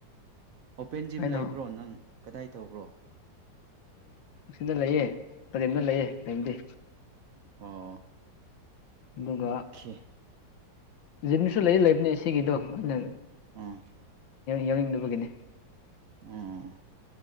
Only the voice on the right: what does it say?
ꯑꯣꯄꯦꯟ ꯖꯤꯝ
ꯂꯩꯕ꯭ꯔꯣ ꯅꯪ ꯀꯗꯥꯏ ꯇꯧꯕ꯭ꯔꯣ
ꯑꯣ
ꯑꯣꯀꯦ
ꯑꯣ
ꯎꯝ